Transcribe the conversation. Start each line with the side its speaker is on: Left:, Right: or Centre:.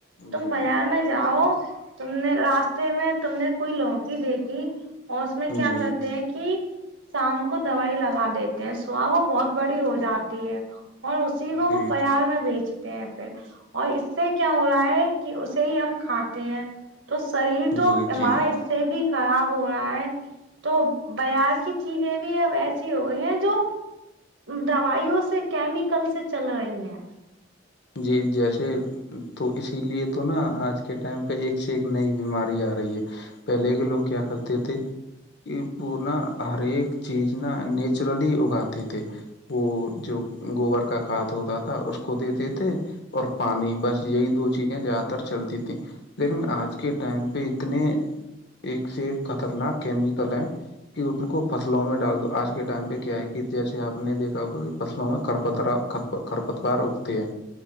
Right: تم
Left: جی
Right: بازار میں جاؤ تم نے راستے میں تم نے کوئی لوکی دیکھی اور اس میں کیا
Left: جی
Right: کرتے
Left: جی جی
Right: ہیں کہ شام کو دوائی لگا دیتے ہیں سوا وہ بہت بڑی ہو جاتی ہے اور اسی کو
Left: جی
Right: وہ بازار
Left: جی
Right: میں بیچ پھر اور اس سے کیا ہو رہا ہے کہ اسے ہی ہم کھاتے ہیں تو شریر تو
Left: جی
Right: ہمارا
Left: جی
Right: اس سے بھی خراب ہو رہا ہے تو بار کی چیزیں بھی ہیں ویسی ہو گئی ہیں جو دوائیوں سے کیمیکل سے چل رہی ہیں
Left: جی جیسے تو اسی لیے تو نا آج کے ٹائم پہ ایک سے ایک نئی بیماری آ رہی ہے پہلے کے لوگ کیا کرتے تھے کہ وہور نا ہر ایک چیز نا نیچرلی اگاتے تھے وہ جو گوبر کا کھاد ہوتا تھا اس کو دیتے تھے تھ اور پانی بس یہی دو چیزیں جات چلتی تھی لیکن آج کے ٹائم پہ اتنے ایک سے ایک خطرناک کیمیکل ہے کہ ان کو فصلوں میں ڈال دو آج کے ٹائم پہ کیا ہے کہ جیسے آپ نے دیکھا ہوگا کہ فصلوں میں کرپترا ختپ خرپتوار اکتی ہے